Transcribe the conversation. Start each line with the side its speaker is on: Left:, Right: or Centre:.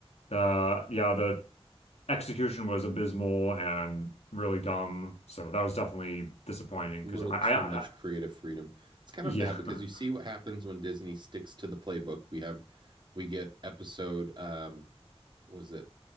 Left: the yeah, the execution was abysmal and really dumb. So that was definitely disappointing
Right: a
Left: because
Right: little
Left: I,
Right: too
Left: I,
Right: much
Left: I
Right: creative freedom. It's kind
Left: yeah.
Right: of bad because
Left: <laughs>
Right: you see what happens when Disney sticks to the playbook. We have we get episode um what was it